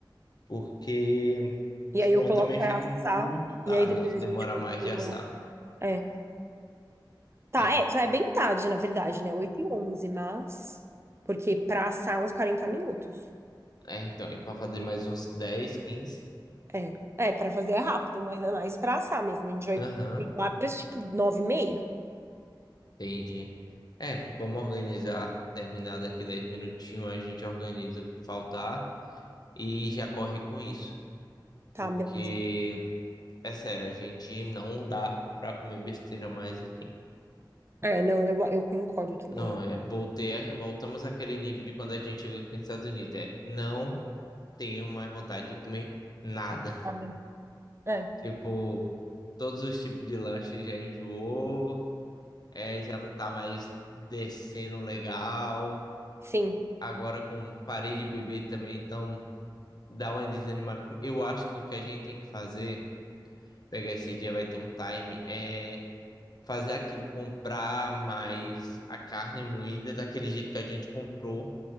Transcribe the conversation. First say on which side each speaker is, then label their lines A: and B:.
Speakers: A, on the left (about 55°); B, on the right (about 30°).
A: porque
B: E
A: senão
B: aí eu coloco
A: também
B: pra
A: fica
B: assar,
A: muito tarde,
B: e aí depois
A: se demorar
B: a gente continua.
A: mais de assar.
B: É. Tá,
A: É,
B: é, já é bem tarde, na verdade, né? oito e onze mas. Porque pra assar é uns 40 minutos.
A: é então, e para fazer mais uns dez, quinze,
B: É. É, pra fazer é rápido, mas é mais pra assar mesmo. A gente vai
A: Aham,
B: lá pra tipo 9 e meia.
A: entendi. É, vamos organizar. Terminar daqui 10 minutinhos, a gente organiza o que faltar e já corre com isso.
B: Tá,
A: Porque
B: beleza.
A: É sério, a gente não dá pra comer besteira mais aqui.
B: É, não, eu, eu concordo também.
A: Não,
B: eu
A: é, voltei, a- voltamos àquele nível de quando a gente chegou aqui nos Estados Unidos. É, não tenho mais vontade de comer nada. <laughs>
B: Sabe? É.
A: Tipo, todos os tipos de lanche já enjoou, é, já não tá mais descendo legal.
B: Sim,
A: Agora com parei de beber também, então dá uma desanimada. Eu acho que o que a gente tem que fazer, pegar esse dia, vai ter um time, é. fazer aquilo, comprar mais a carne moída daquele jeito que a gente comprou,